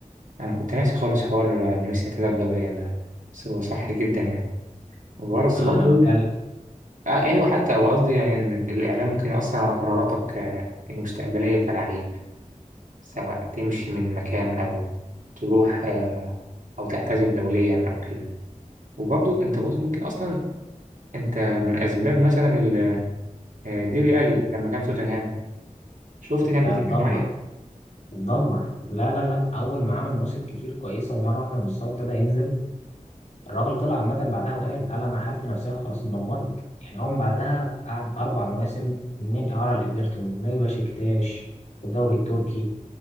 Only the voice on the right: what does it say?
أنا كنت ناسي خالص حوار آه، إن ميسي اعتزل دوليا ده بس هو صح جدا يعني وبس
برضه
آه، أيوه حتى هو قصدي يعني إن الإعلام ممكن يأثر على قراراتك آه، المستقبلية كلاعب سواء تمشي من مكان أو تروح آه، أو تعتزل دوليا أو كده وبرضو أنت بص ممكن أصلا أنت من أسباب مثلا ال- آه، ديلي ألي لما كان في توتنهام شفت
كان بيتكلم
عليه